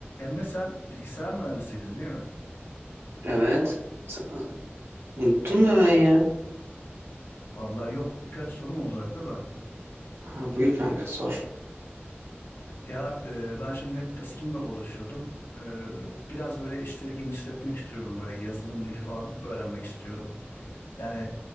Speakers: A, on the left; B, on the right.
A: Emre sen bilgisayar mühendisiydin değil mi?
B: Evet. Sen- unuttun mu hemen ya?
A: Vallahi yok birkaç sorum olacaktı da.
B: Ha, buyur kanka sor.
A: Ya e, ben şimdi tasarımla uğraşıyordum. E, biraz böyle işleri genişletmek istiyorum. Böyle yazılım dili falan öğrenmek istiyorum. Yani